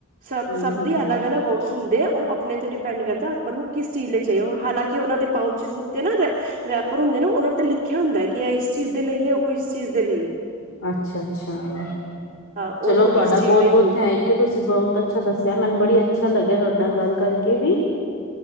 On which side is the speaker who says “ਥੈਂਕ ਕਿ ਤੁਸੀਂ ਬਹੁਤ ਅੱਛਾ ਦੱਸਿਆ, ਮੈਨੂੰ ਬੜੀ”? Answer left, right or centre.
Left